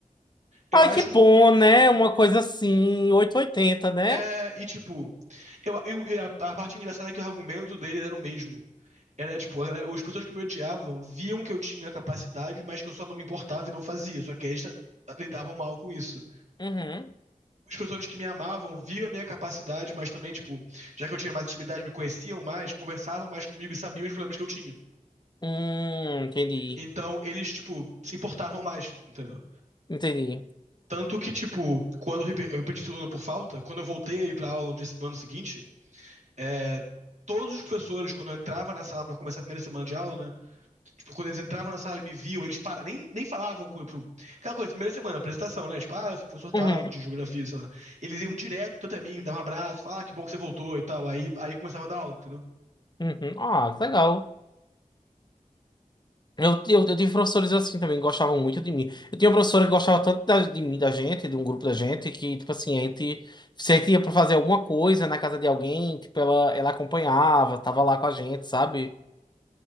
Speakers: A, on the right; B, on the left.
A: Eu
B: Ai,
A: acho.
B: que bom, né? Uma coisa assim, oitocentos e oitenta, né?
A: é, e tipo. Eu, eu- a, a parte engraçada é que o argumento deles era o mesmo. Era tipo, a galera- os pessoas que me odiavam viam que eu tinha capacidade, mas que eu só não me importava e não fazia. Só que eles ta- lidavam mal com isso.
B: Uhum.
A: As pessoas que me amavam viam a minha capacidade, mas também, tipo, já que eu tinha mais intimidade, me conheciam mais, conversavam mais comigo e sabiam os problemas que eu tinha.
B: Hum, entendi.
A: Então, eles, tipo, se importavam mais, entendeu?
B: Entendi.
A: Tanto que, tipo, quando eu repe- eu repeti o segundo ano por falta, quando eu voltei a ir pra aula no dia se- no ano seguinte, é, todos os professores, quando eu entrava na sala pra começar a primeira semana de aula, né? Tipo, quando eles entravam na sala e me viam, eles para... nem, nem falavam com. Pro... Aquela coisa, primeira semana, apresentação, né? Tipo, ah, eu sou professor tal,
B: Uhum,
A: de geografia, sei lá. Eles iam direto até mim, me davam um abraço, falavam, ah, que bom que você voltou e tal. Aí, aí começava a dar aula, entendeu?
B: uhum. Ah, que legal. Eu, eu, eu tive professores assim também, que gostavam muito de mim. Eu tinha uma professora que gostava tanto da- de mim, da gente, de um grupo da gente, que, tipo assim, a gente, se a gente ia pra fazer alguma coisa na casa de alguém, tipo, ela, ela acompanhava, tava lá com a gente, sabe?